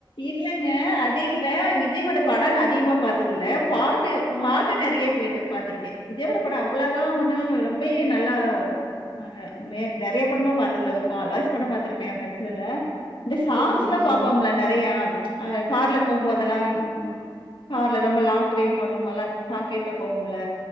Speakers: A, on the left (about 70°); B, on the right (about 35°).
A: இல்லங்க அது இல்ல விஜயோட படோ நா அதிகமா பாத்தது இல்ல பாட்டு
B: ஆ
A: பாட் ட்டு நெறைய கேட்டு பாத்துருக்கே விஜயோட படோ அவ்ளோகா ஒண்ணு ரெம்பயு நல்லா மாக மே நெறைய படம்லா பாத்தது இல்ல ஒரு கால் வாசி படோ பாத்துருப்பே அவெ நடுச்சதுல்ல இந்த சாங்ஸ்ல்லா
B: செரி செரி செரி
A: பாப்போம்ல நெறையா அந்த கார்ல போம் போதல்லா ம் கார்ல ரொம்ப லாங் ட்ரைவ் பண்ணு போல்லா குத் சாங் கேட்டு போவோம்ல